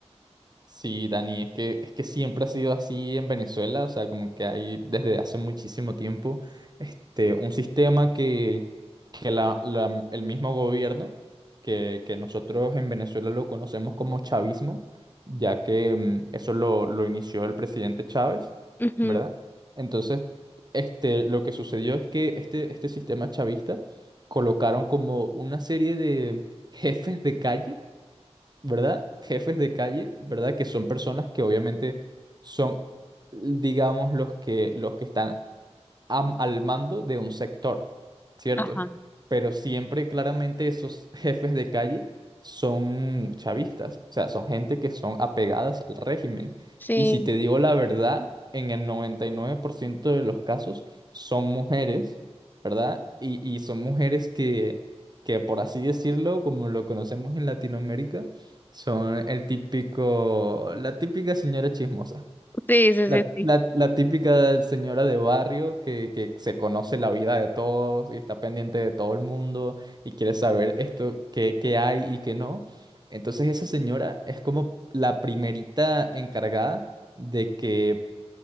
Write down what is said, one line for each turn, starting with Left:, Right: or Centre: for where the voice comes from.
Right: Sí, Dani, es que, es que siempre ha sido así en Venezuela, o sea, como que hay desde hace muchísimo tiempo este, un sistema que, que la- la- el mismo gobierno, que, que nosotros en Venezuela lo conocemos como chavismo, ya que mm, eso lo, lo inició el presidente Chávez,
Left: Ujú.
Right: ¿verdad? Entonces, este, lo que sucedió es que este, este sistema chavista colocaron como una serie de jefes de calle ¿verdad? Jefes de calle, ¿verdad? Que son personas que obviamente son, digamos, los que, los que están am- al mando de un sector, ¿cierto?
Left: Ajá.
Right: Pero siempre claramente esos <laughs> jefes de calle son chavistas, o sea, son gente que son apegadas al régimen.
Left: Sí,
Right: Y si te digo la verdad, en el 99% de los casos son mujeres, ¿verdad? Y, y son mujeres que, que, por así decirlo, como lo conocemos en Latinoamérica, son el típico, la típica señora chismosa.
Left: sí, sí,
Right: La,
Left: sí, sí.
Right: la- la típica señora de barrio que, que se conoce la vida de todos y está pendiente de todo el mundo y quiere saber esto, qué, qué hay y qué no. Entonces esa señora es como la primerita encargada de que,